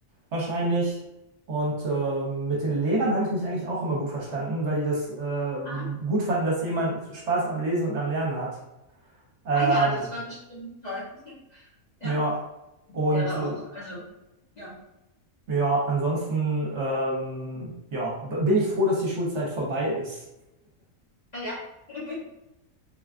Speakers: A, on the right; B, on the left.
A: wahrscheinlich. Und ähm, mit den Lehrern habe ich mich eigentlich auch immer gut verstanden, weil die das äh,
B: Ah,
A: gut fanden, dass jemand Spaß am Lesen und am Lernen hat. Ähm,
B: ah ja, das war bestimmt toll. <laughs>
A: ja,
B: Ja,
A: und
B: wäre
A: äh,
B: auch. Also, ja.
A: ja, ansonsten ähm, ja, b- bin ich froh, dass die Schulzeit vorbei ist.
B: Ah ja. <laughs>